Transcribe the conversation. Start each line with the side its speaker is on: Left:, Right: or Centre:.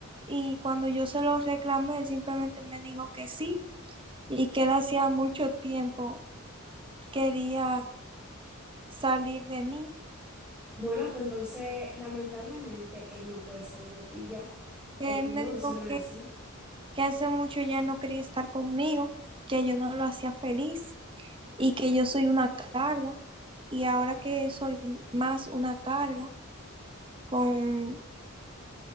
Right: y cuando yo se lo reclamé, él simplemente me dijo que sí y que él hacía mucho tiempo quería salir de mí,
Centre: Bueno, pues entonces, lamentablemente, él no puede salir de ti ya.
Right: que
Centre: Es que
Right: él me
Centre: no,
Right: dijo
Centre: eso no es
Right: que,
Centre: así.
Right: que hace mucho ya no quería estar conmigo, que yo no lo hacía feliz y que yo soy una carga y ahora que soy más una carga con,